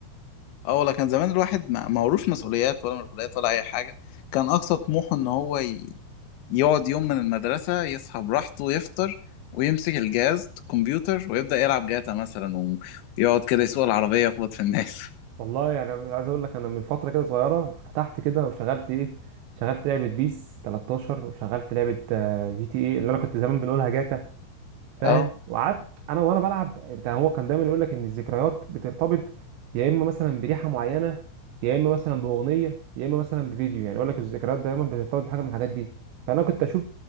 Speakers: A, on the left; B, on the right.
A: اه ولا كان زمان الواحد ما ما وروش مسؤوليات ولا مشغوليات ولا اي حاجه كان اقصى طموحه ان هو ي... يقعد يوم من المدرسة يصحى براحته يفطر ويمسك الجهاز الكمبيوتر ويبدأ يلعب جاتا مثلا و- ويقعد كده يسوق العربية يخبط في الناس <laughs>
B: والله يعني أنا عايز اقول لك انا من فتره كده صغيره فتحت كده وشغلت ايه شغلت لعبه بيس 13 وشغلت لعبه آه، جي تي ايه اللي انا كنت زمان بنقولها جاتا فاهم
A: اه
B: وقعدت انا وانا بلعب انت هو كان دايما يقول لك ان الذكريات بترتبط يا اما مثلا بريحه معينه يا اما مثلا باغنيه يا اما مثلا بفيديو يعني يقول لك الذكريات دايما بترتبط بحاجه من الحاجات دي فانا كنت اشوف